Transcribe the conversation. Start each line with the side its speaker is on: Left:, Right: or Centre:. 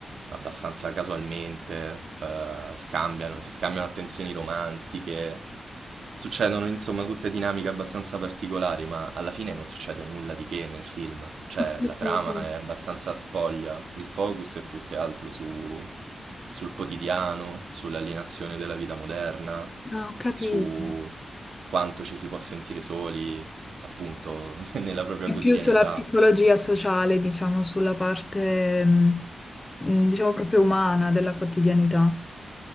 Right: abbastanza casualmente, eh, scambiano, si scambiano attenzioni romantiche. Succedono insomma tutte dinamiche abbastanza particolari, ma alla fine non succede nulla di che nel film. Cioè,
Left: Ho capito.
Right: la trama è abbastanza spoglia, il focus è più che altro su, sul quotidiano, sull'alienazione della vita moderna,
Left: Ah, Ho capito.
Right: su quanto ci si può sentire soli, appunto, <laughs> nella propria
Left: È
Right: quotidianità.
Left: più sulla psicologia sociale, diciamo, sulla parte, mh, mh, diciamo, proprio umana della quotidianità.